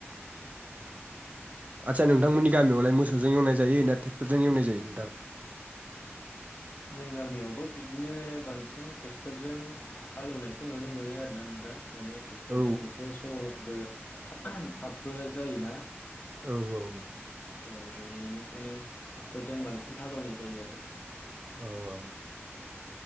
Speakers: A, on the right (about 35°); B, on the left (about 40°).
A: आदसा नोंथांमोननि गामियावलाय मोसौजों एवनाय जायो ना ट्रेक्टरजों एवनाय जायो नोंथां?
B: जों गामियावबो बिदिनो बांसिन ट्रेक्टरजों हालेवनायखौ नुनो मोनो आरोना नोंथां। माने ट्रेक्टर
A: औ
B: जों एसे सहसबो थाबबो जायोना
A: औ औ
B: औ बेनिखायनो ट्रेक्टरजों बांसिन हालेवनाय जायो आरो
A: औ औ